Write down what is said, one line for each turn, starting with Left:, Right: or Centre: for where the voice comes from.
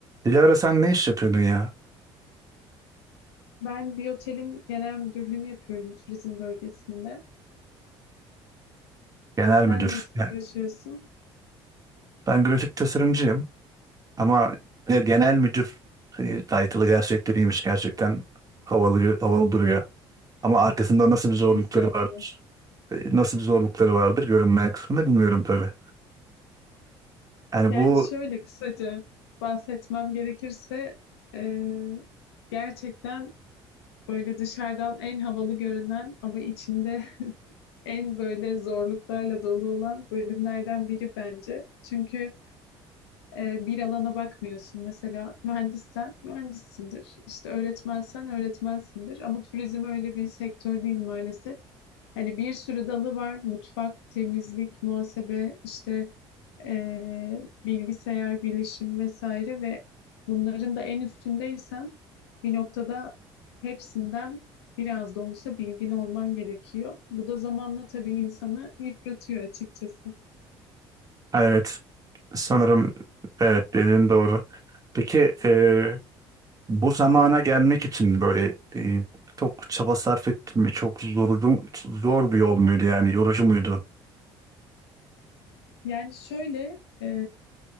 Right: Dilara sen ne iş yapıyordun ya?
Left: Ben bir otelin genel müdürlüğünü yapıyorum turizm bölgesinde.
Right: Genel
Left: Sen
Right: müdür.
Left: ne işle
Right: Yani
Left: uğraşıyorsun?
Right: ben grafik tasarımcıyım ama ne genel müdür e, title'ı gerçekleriymiş gerçekten havalı, havalı duruyor. Ama arkasında nasıl bir zorlukları
Left: Estağfurullah.
Right: vardır? e, Nasıl bir zorlukları vardır görünmeyen kısmında bilmiyorum tabii. Yani
Left: Yani
Right: bu
Left: şöyle kısaca bahsetmem gerekirse e, gerçekten böyle dışarıdan en havalı görünen ama içinde <laughs> en böyle zorluklarla dolu olan bölümlerden biri bence. Çünkü e, bir alana bakmıyorsun. Mesela mühendissen mühendissindir. İşte öğretmensen öğretmensindir. Ama turizm öyle bir sektör değil maalesef. Hani bir sürü dalı var. Mutfak, temizlik, muhasebe, işte e, bilgisayar, bilişim vesaire ve bunların da en üstündeysen bir noktada hepsinden biraz da olsa bilgin olman gerekiyor. Bu da zamanla tabii insanı yıpratıyor açıkçası.
Right: evet sanırım evet dediğin doğru. Peki e, bu zamana gelmek için böyle e, çok çaba sarf ettin mi? Çok yorucu, zor bir yol muydu yani yorucu muydu?
Left: Yani şöyle e,